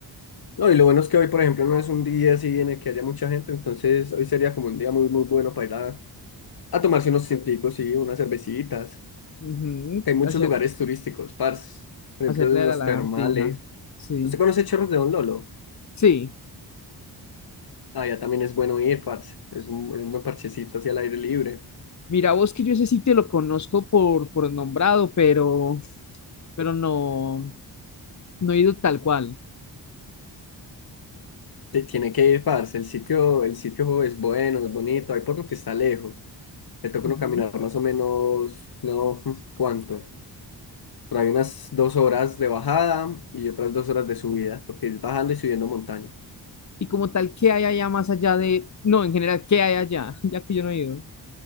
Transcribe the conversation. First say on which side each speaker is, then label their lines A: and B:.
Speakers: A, on the left; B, on the left.
A: No, y lo bueno es que hoy, por ejemplo, no es un día así en el que haya mucha gente, entonces hoy sería como un día muy, muy bueno para ir a, a tomarse unos científicos y unas cervecitas.
B: Ujú,
A: Hay muchos
B: Hacer,
A: lugares turísticos, parce. Por
B: hacerle
A: ejemplo, los
B: a la lagartija.
A: termales.
B: Sí.
A: ¿Usted conoce Chorros de Don Lolo?
B: Sí.
A: Allá también es bueno ir, parce. Es un, es un buen parchecito hacia el aire libre.
B: Mira, vos que yo ese sitio lo conozco por, por nombrado, pero, pero no, no he ido tal cual.
A: Te- tiene que ir, parce. El sitio, el sitio es bueno, es bonito. Hay por lo que está lejos. Le toca
B: Ujú.
A: uno caminar más o menos, no, <laughs> ¿cuánto? Pero hay unas dos horas de bajada y otras dos horas de subida, porque es bajando y subiendo montaña.
B: y como tal, ¿qué hay allá más allá de, no, en general, qué hay allá, <laughs> ya que yo no he ido?